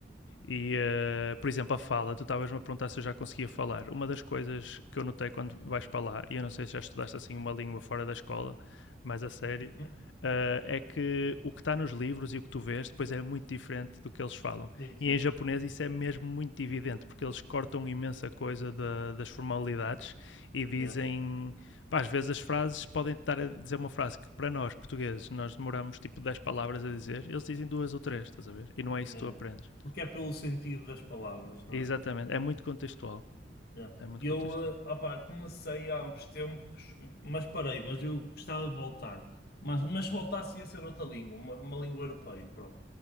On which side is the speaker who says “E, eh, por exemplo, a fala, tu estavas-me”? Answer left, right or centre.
Left